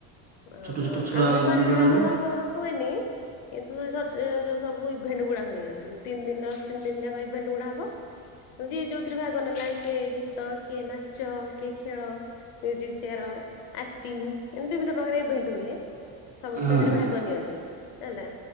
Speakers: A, on the left; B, on the right.
A: ଓ
B: ଛୋଟ ଛୋଟ
A: ହୋ
B: ଛୁଆ
A: ଆମର ବାହା
B: ଦି ଜଣଙ୍କୁ।
A: ଘର ହୁଏନି କିନ୍ତୁ ଯୋଉ ସବୁ ଇଭେଣ୍ଟ ଗୁଡା ହୁଏ ତିନି ଦିନ ତିନ୍‌ ଦିନ ଯାକ ଇଭେଣ୍ଟ ଗୁଡା ହବ ଯେମିତି ଯୋଉଥିରେ ଭାଗ ନେଲା କିଏ କି ତ କିଏ ନାଚ କିଏ ଖେଳ ମିଉଜିକ୍ ଚିଆର ଆକ୍ଟିଙ୍ଗି ଏମିତି ବିଭିନ୍ନ ପ୍ରାୟ ଇଭେଣ୍ଟ ହୁଏ ସମସ୍ତେ
B: ହଁ
A: ସେଥିରେ
B: ହଁ
A: ଭାଗ ନିଅନ୍ତି। ହେଲା